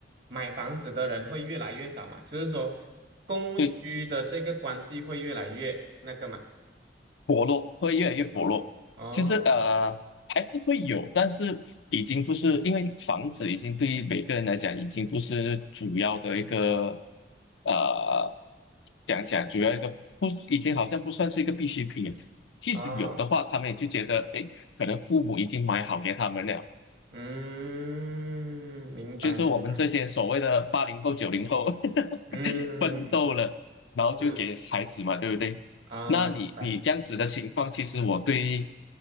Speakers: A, on the right; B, on the left.
A: 买房子的人会越来越少嘛？就是说供需的这个关系会越来越那个嘛？
B: 对。薄弱，会越来越薄弱。
A: 哦
B: 其实呃还是会有，但是已经不是因为房子已经对于每个人来讲已经不是主要的一个呃讲讲主要一个不已经好像不算是一个必需品了即使有的话，
A: 哦。
B: 他们也就觉得诶，可能父母已经买好给他们了，
A: 嗯，明白明白，
B: 就是我们这些所谓的八零后、九零后 <laughs>
A: 嗯，
B: 奋斗了，然后就给孩子嘛，
A: 是
B: 对不对？
A: 啊，
B: 那你你这样子的情况，
A: 明白，
B: 其实我对，